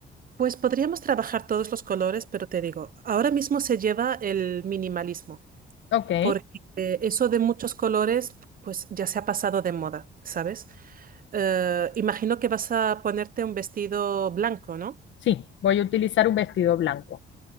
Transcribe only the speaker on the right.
Pues podríamos trabajar todos los colores, pero te digo, ahora mismo se lleva el minimalismo.
Porque eh, eso de muchos colores, pues ya se ha pasado de moda, ¿sabes? Eh, imagino que vas a ponerte un vestido blanco, ¿no?